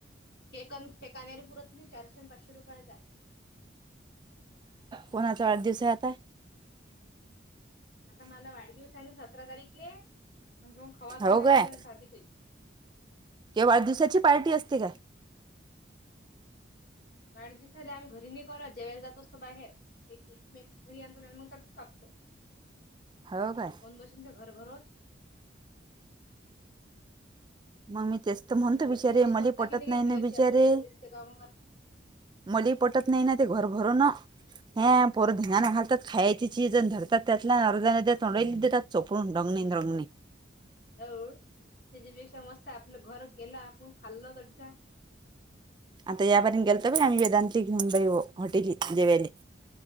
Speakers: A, on the left; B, on the right.
A: केकन फेकण्यारी पुरत नाही चारसे आणि पाचशे रुपयांचा आहे.
B: कोणाचा वाढदिवस आहे आता?
A: आता मला वाढदिवस आहे ना सतरा तारीखे मगं <unintelligible> खवाचा
B: हो
A: आणला
B: काय
A: सादी केक.
B: ते वाढदिवसाची पार्टी असते का?
A: वाढदिवसला आम्ही घरी नाही करत जेयला जातो असतो बाहेर. ते केक मेक घरी आणतो मग <unintelligible> कापतो.
B: हाव काय?
A: बशुन दे घर घरात.
B: मग मी तेचत म्हणतो
A: ते हौस
B: बिचारे
A: मौस
B: मली
A: करता
B: पटत
A: की
B: नाही
A: काही जीवाची
B: ना बिचारे
A: आपल्या का तेच ते कामं करता.
B: मलही पटत नाही ना ते घर भरूनं. हा पोरं धन्यान घालतात खायची चीज धरतात त्यातलं अर्ध्या अर्ध्या तोंड्यालाही देतात. चपळून डगणे डगणे.
A: हो त्याच्यापेक्षा मस्त आपलं घर गेलं आपण खाल्ल तरी सांग.
B: आता याबारीन गेलतो ब आम्ही वेदांती घेऊन हॉटेली जेवायले.